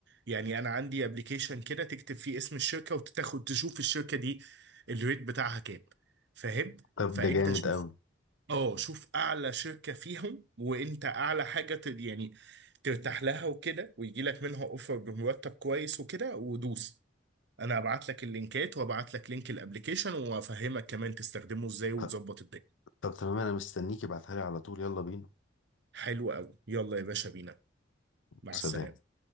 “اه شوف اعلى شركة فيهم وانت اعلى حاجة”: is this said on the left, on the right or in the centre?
Right